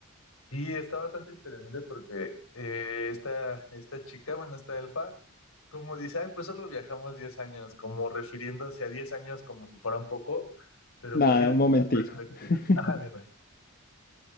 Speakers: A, on the left; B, on the left.
A: Y está bastante interesante porque eh, esta, esta chica, bueno, esta elfa, como dice, ay, pues solo viajamos 10 años, como refiriéndose a 10 años como si fueran poco, pero
B: Nada,
A: pues sí, desde
B: un momentico.
A: la perspectiva.
B: <laughs>
A: <laughs> Ajá, dime.